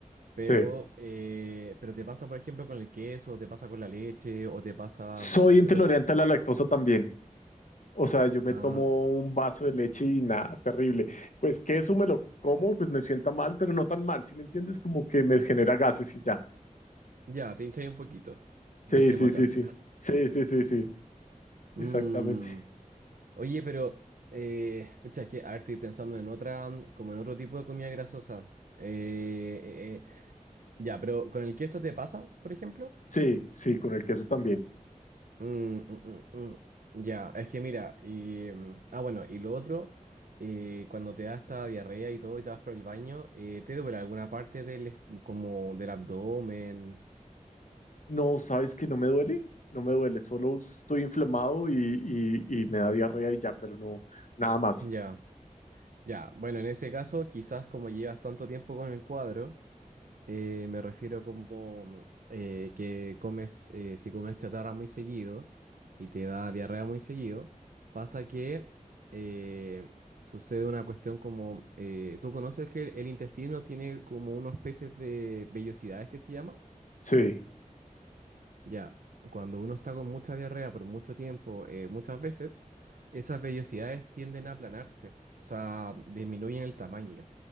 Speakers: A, on the right; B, on the left.
A: Pero,
B: Sí.
A: eh, pero te pasa, por ejemplo, con el queso, te pasa con la leche, o te pasa...
B: Soy
A: A ver,
B: intolerante
A: ¿qué otra? le-
B: a la lactosa también. O sea, yo me
A: Ah,
B: tomo un vaso de leche y nada, terrible. Pues queso me lo como, pues me sienta mal, pero no tan mal, si me entiendes? Como que me genera gases y ya.
A: ya, te hinchas ahí un poquito. Decíamos
B: Sí, sí,
A: acá.
B: sí, sí. Sí, sí, sí, sí.
A: Mm,
B: Exactamente.
A: oye, pero... Eh, pucha, es que, a ver, estoy pensando en otra, como en otro tipo de comida grasosa. Eh, eh, eh, Ya, pero ¿con el queso te pasa, por ejemplo?
B: Sí, sí, con el queso también.
A: Mm, mm, mm, mm. Ya, es que mira, y... mm, Ah, bueno, y lo otro, eh, cuando te da esta diarrea y todo y te vas por el baño, eh, ¿te duele alguna parte del, est- como del abdomen?
B: No, ¿sabes que no me duele? No me duele, solo estoy inflamado y, y, y me da diarrea y ya, pero no, nada más.
A: Ya, ya. Bueno, en ese caso, quizás como llevas tanto tiempo con el cuadro, Eh, me refiero como eh, que comes, eh, si comes chatarra muy seguido y te da diarrea muy seguido, pasa que eh, sucede una cuestión como, eh, ¿tú conoces que el intestino tiene como unos peces de vellosidades que se llama?
B: Sí,
A: Ya, cuando uno está con mucha diarrea por mucho tiempo, eh, muchas veces, esas vellosidades tienden a aplanarse, o sea, disminuyen el tamaño.